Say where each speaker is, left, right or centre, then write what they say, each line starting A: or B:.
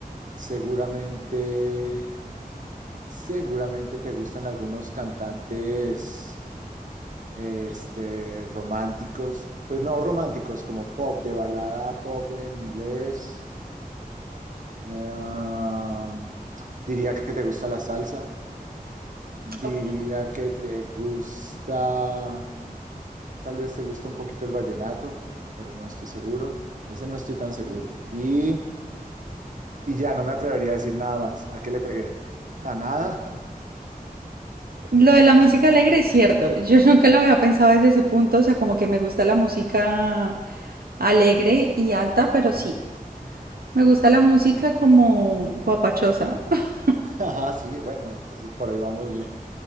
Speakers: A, on the right; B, on the right.
A: seguramente, seguramente te gustan algunos cantantes este, románticos, pues no románticos, como pop, de balada pop en inglés. Um, diría que te gusta la salsa, diría
B: Ok.
A: que te gusta, tal vez te gusta un poquito el vallenato, pero no estoy seguro. Ese no estoy tan seguro. Y, y ya no me atrevería a decir nada más. ¿A qué le pegué? ¿A nada?
B: Lo de la música alegre es cierto. Yo nunca lo había pensado desde ese punto. O sea, como que me gusta la música alegre y alta,
A: Ujú.
B: pero sí. Me gusta la música como guapachosa. <laughs>
A: <laughs> Ah, sí, bueno, entonces por ahí vamos bien.